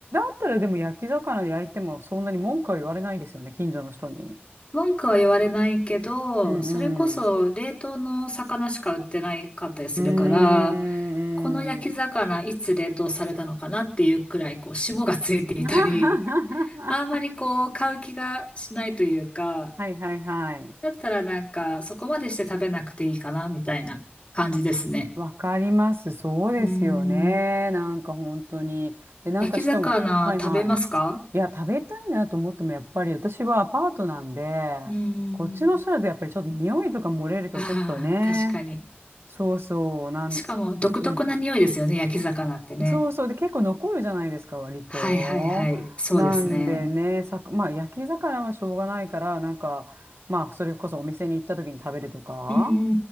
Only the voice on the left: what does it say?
文句は言われないけど、
それこそ冷凍の魚しか売ってないかったりするから、
この焼き魚いつ冷凍されたのかなっていうくらい、
こう、霜がついていたり、
あんまりこう、買う気がしないというか、
だったらなんか、そこまでして食べなくていいかな、みたいな感じですね。
うーん。
焼き魚食べますか
うーん。
ああ、確かに。
しかも独特な匂いですよね、
焼き魚ってね。
はいはいはい。そうですね。
うんう